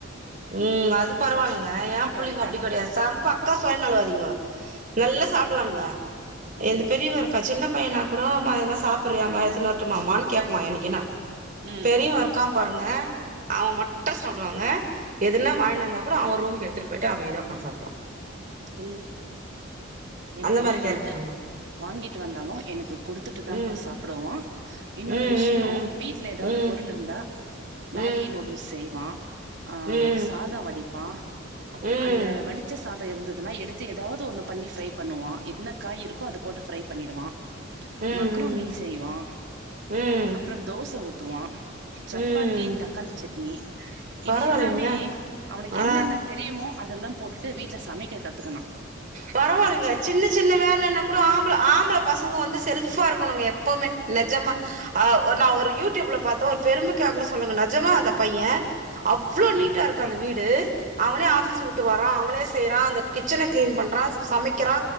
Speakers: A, on the right; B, on the right.
A: ம் அது பரவலங்க ஏ பிள்ளைங்க
B: வரட்டா
A: அப்படி கிடையா சம் பக்க சுயநலவாதி ங்க நல்லா சாப்பிடுவானுங்க
B: ம்
A: எது பெரியவ இருக்கா சின்னப் ப்ப ஏனா கூட மா செ சாப்பிறியாமா எத்துனு வருட்டுமாம்மா கேப்பா என்னிக்கின்னா
B: ம்
A: பெரியவ இருக்கா பாருங்க அவ மட்டு சாப்புடுவாங்க எதுனா வாயிண்டு வந்தா கூட அவ ரூமுக்கு எடுத்துட்டு போயிட்டு அமைதியா உட்காந்து சாப்புடுவா
B: இந்த ஏ
A: அந்த
B: பையே
A: மாரி கேரக்டர்
B: எது
A: அவ
B: வாங்கிட்டு வந்தாலு எனக்கு குடுத்துட்டுதான்ப்பா
A: ம்
B: சாப்புடுவா இன்னொரு
A: ம்
B: விஷயோ
A: ம்
B: வீட்ல ஏதாவது
A: ம்
B: பொருள் இருந்தா மேகி
A: ம்
B: நூடூல்ஸ் செய்வா ஆ
A: ம்
B: சாதா வடிப் பா
A: ம் ம்
B: அந்த வடிச்ச சாதோ இருந் துனா எடுத்து ஏதாவது ஒன்னு பண்ணி ஃப்ரை பண்ணுவா என்ன காய் இருக்கோ அத போட்டு ஃப்ரை பண்ணிடுவா
A: ம் ம்
B: மக்ருனி செய்வா
A: ம்
B: அப்புறோ தோச ஊத் துவா சப்பாத்தி
A: ம் ம்
B: தக்காளி சட்னி
A: பரவாயில்லைங்களே
B: இது எல்லாமே அவுனுக்கு
A: ஆ
B: என்னென்ன தெரியுமோ அதெல்லா போட்டுட்டு வீட்ல சமைக்க கத் த்துக்கனா
A: பரவாயில்லங்க சின்ன சின்ன வேலனா கூடோ ஆம்பள ஆம்பள பச பசங்க வந்து செல்ஃபா இருக்கணுங்க எப்பமே நெஜமா ஆ ஒ நா ஒரு யூடியூப்ல பாத்தே ஒரு பெருமைக்காகல சொல்லங்க நெஜமா அந்த பையே அவ்ளோ நீட்டா
B: ம்
A: இருக்கு அந்த வீடு அவனே ஆப் பீஸ்வுட்டுவரா அவனே செய்றா அந்த கிச்சன கிளீன் பண் ட்டாராஸ் சமைக்கிறா